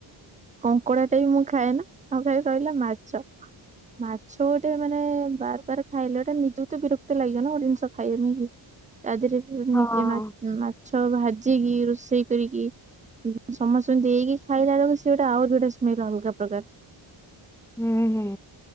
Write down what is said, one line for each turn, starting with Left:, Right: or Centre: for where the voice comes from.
Right: କଙ୍କଡା ଟା ବି ମୁଁ ଖାଏନା। ଆଉ ଖାଲି ରହିଲା ମାଛ ମାଛ ଗୋଟେ ମାନେ ବାର ବାର ମାଛ ଖାଇଲେ, ଗୋଟେ ନିଜ କୁ ତ ବିରକ୍ତି ଲାଗିବ ନା, ଗୋଟେ ଜିନିଷ ଖାଇବା ପାଇଁ କି। ତା ଦେହରେ ପୁଣି
Centre: ହଁ
Right: ନିଜେ
Centre: ହୁଁ
Right: ମା ମାଛ ଭାଜିକି, ରୋଷେଇ କରିକି ସମସ୍ତଙ୍କୁ ଦେଇକି ଖାଇଲା ବେଳକୁ, ସେ ଗୋଟେ ଆଉରି ଗୋଟେ ସ୍ମେଲ୍ ଅଲଗା ପ୍ରକାର।
Centre: ହୁଁ, ହୁଁ।